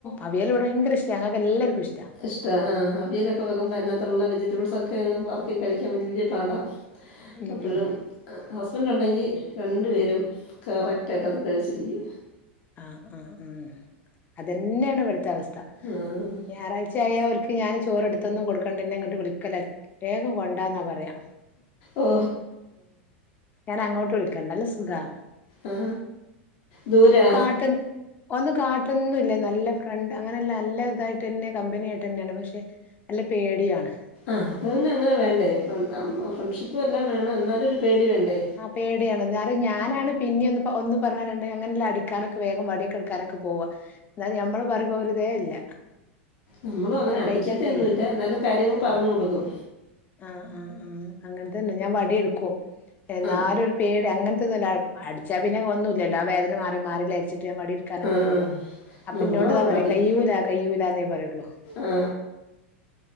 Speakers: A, on the left; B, on the left.
A: അവിയല് ഇവിടെ ഭയങ്കര ഇഷ്ട ഞങ്ങൾക്ക് എല്ലാവർക്കും ഇഷ്ട
B: ഇഷ്ട ആഹ് അവിയലൊക്കെ വെകുമ്പോ അതിനകത്തുള്ള വെജിറ്റബിൾസ് ഒക്കെ പറ കഴിക്കാൻ വലിയ പാടാ
A: ഉം
B: അപ്പോ
A: ഉം
B: ഹസ്ബൻഡ അല്ലെങ്കിൽ രണ്ടു പേരും കറക്റ്റായിട്ട് കഴിച്ചിരിക്കും
A: ആ ആ ഉം അതന്നെയാണ് ഇവിടുത്തെ അവസ്ഥ
B: ആഹ്
A: ഞായറാഴ്ച ആയ അവർക്ക് ഞാന് ചോറ്ടുത്തൊന്നും കൊടുക്കണ്ടന്നെ ഇങ്ങോട്ട് വിളിക്കല വേഗം കൊണ്ടാന്നാ പറയാം
B: ഓ
A: ഞാൻ അങ്ങോട്ട് വിളിക്കണ്ട് നല്ല സുഖാ
B: ആ ദൂരാ
A: ക്കൻ ഒന്നും കാട്ടൊന്നുല്ല നല്ല ഫ്രണ്ട് അങ്ങനല്ല നല്ലതായിട്ടെന്നെ കമ്പനിയായിട്ടെന്നെണ് പക്ഷേ നല്ല പേടിയൂആണ്.
B: ആഹ് അത്പിന്നങ്ങനെ വേണ്ടേ ഫ്രണ്ട്ഷിപ്പുഎല്ലാം എന്നാലുഒരുപേടിവേണ്ടേ.
A: അതേടിആണ് ന്നാലും ഞാനാണ് പിന്നിം ഒന്ന് ഒന്ന്പറ ന്നാ രണ്ട് അങ്ങനല്ല അടിക്കാനൊക്കെ വെ വാട്യൊക്കെ ട്ക്കാൻ ഒക്കെ പോവാ ന്നാലു ഞമ്മൾ പറിമ്പോ ആ ഒരിതേ ല്ല
B: നമ്മളും അങ്ങനെ
A: അഹ്
B: അടിക്കത്തൊന്നുമില്ല
A: കയ്ക്കാൻകൈ
B: എന്നാലും കാര്യങ്ങൾ പറഞ്ഞു
A: ആഹ്
B: കൊടുക്കും
A: ആ ആ ആ അങ്ങൻതന്നെ ഞാൻ വടിട് ക്കു ഒഹ് എന്നാലൊരു
B: ആ
A: പേടി അങ്ങൻ ട്ട്ന്നുല്ല അട്ച്ചാ പിന്നെ ഒന്നുല്ലല്ലോ ആ വേദന മാറി മാറിലാർച്ച് ത്യാ വടിട്ക്കാനൊക്കെ
B: ആ
A: പോവും, അപ്പൊ
B: നമ്മളും
A: ന്നോട് താ പറിയ
B: വടി
A: കയ്യൂല കയ്യൂല ന്നേ പറയൊള്ളു
B: ആ